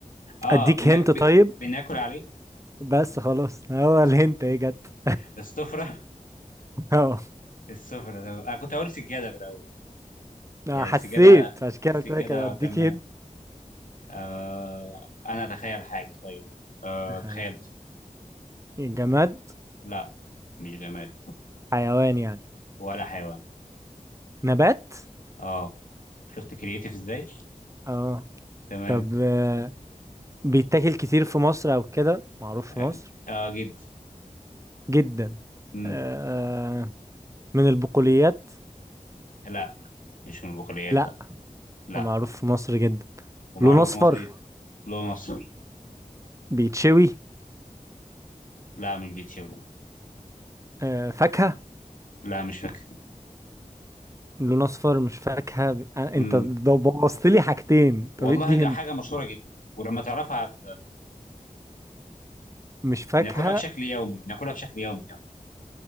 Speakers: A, on the left; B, on the right.
A: آه
B: اديك
A: بنا...
B: هنت
A: ب...
B: طيب
A: بناكل عليه
B: بس خلاص هو
A: الس-
B: الهنت ايه جت
A: السفرة <laughs>
B: <laughs> اهو
A: السفرة تمام أنا كنت أقول سجادة في الأول
B: أنا
A: يعني
B: حسيت
A: السجادة
B: عشان كده
A: السجادة
B: قلت لك اديك
A: آه، تمام
B: هنت
A: آه أنا أتخيل حاجة طيب آه
B: تخيل
A: تخيلت
B: جماد
A: لأ مش جماد
B: حيوان يعني
A: ولا حيوان
B: نبات
A: اه شفت كرييتيف ازاي
B: اه
A: تمام
B: طب آه، بيتاكل كتير في مصر او كده معروف
A: اه
B: في مصر
A: آه، جدا
B: جدا
A: امم
B: آه، من البقوليات
A: لا مش من البقوليات
B: لا
A: لا لا
B: ومعروف في مصر جدا
A: ومعروف
B: لون اصفر
A: في مصر جدا له نصر
B: بيتشوي
A: لا مش بيتشوي
B: آه، فاكهة
A: لا مش فاكر
B: لون اصفر مش فاكهه ب- أنا- انت
A: امم
B: ده بوظت لي حاجتين
A: والله
B: طب ادي
A: ده
B: هنت
A: حاجه مشهوره جدا ولما تعرفها هت...
B: مش فاكهه
A: بناكلها بشكل يومي بناكلها بشكل يومي كمان